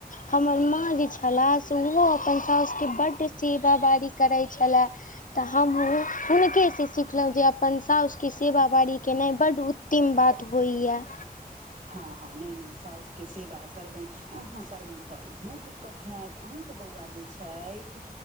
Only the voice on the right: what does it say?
हँ हँ नहि नहि साउसके सेवा करबनि अहाँ करबनि तऽ अहूँके क हैत अहूँ बौआ जे छैथ